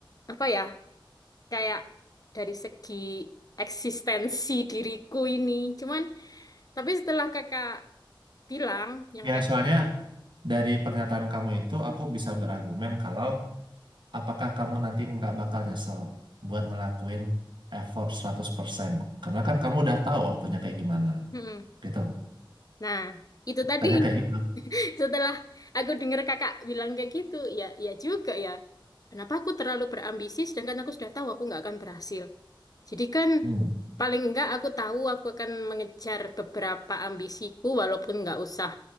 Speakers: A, on the left; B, on the right.
A: apa ya kayak dari segi eksistensi diriku ini. Cuman tapi setelah kakak bilang yang
B: Ya,
A: kayak,
B: soalnya dari pernyataan kamu itu aku bisa berargumen kalau apakah kamu nanti nggak bakal nyesel buat ngelakuin effort 100% karena kan kamu udah tahu outputnya kayak gimana
A: "Mm-mm."
B: gitu
A: Nah itu tadi
B: tanya kayak gitu
A: <laughs> setelah aku dengar kakak bilang kayak gitu, ya ya juga ya. Kenapa aku terlalu berambisi sedangkan aku sudah tahu aku nggak akan berhasil. Jadi kan
B: hmm.
A: Paling enggak aku tahu aku akan mengejar beberapa ambisiku walaupun enggak usah